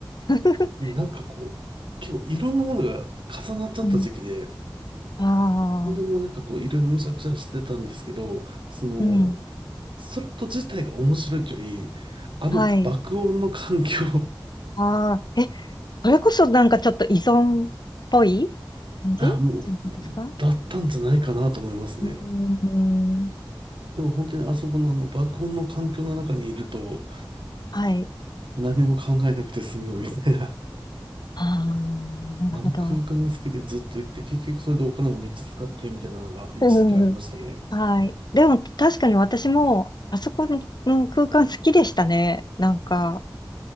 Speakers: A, on the left; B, on the right.
A: <laughs>
B: なんかこう、結構いろんなものが重なっちゃった時期で、
A: うん。
B: でもなんかこういろいろむしゃくしゃしてたんですけど、
A: ああ、
B: その、
A: うん。
B: スロット自体が面白いというより、あの爆音の環境
A: はい。ああ、え、それこそなんかちょっと依存っぽい
B: <laughs>
A: 感じじゃないですか
B: あ、もう、だったんじゃないかなと思いますね。
A: うーん。
B: でも本当にあそこのあの爆音の環境の中にいると
A: はい。
B: 何も考えなくて済むみたいな。
A: ああ、なるほど。
B: あの空間が好きでずっと行って、結局それでお金もめっちゃ使ってみたいなのが一時期ありましたね。
A: うん。<laughs> はい。でも確かに私も、あそこのの空間好きでしたね。なんか、